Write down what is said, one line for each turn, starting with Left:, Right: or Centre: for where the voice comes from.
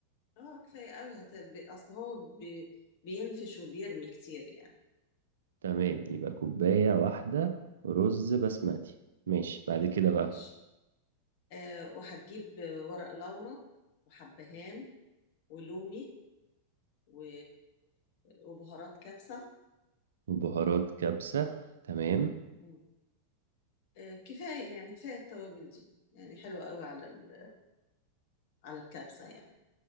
Left: اه كفاية قوي هت... ب- اصل هو بي... بينفش وبيرمي كتير يعني
Right: تمام يبقى كوباية واحدة رز بسمتي ماشي بعد كده بقى
Left: مش آه وهتجيب آه، ورق لورا وحبهان ولومي و... وبهارات كبسة
Right: وبهارات كبسة تمام
Left: مم. آه كفاية يعني كفاية التوابل دي يعني حلوة قوي على ال... على الكبسة يعني